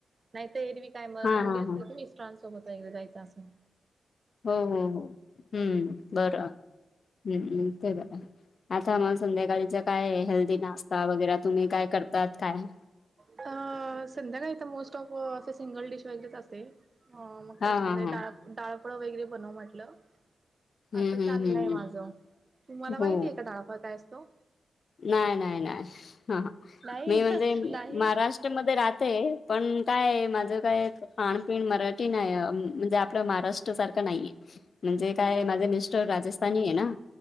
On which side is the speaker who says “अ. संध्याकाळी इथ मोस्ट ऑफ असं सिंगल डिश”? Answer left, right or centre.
Right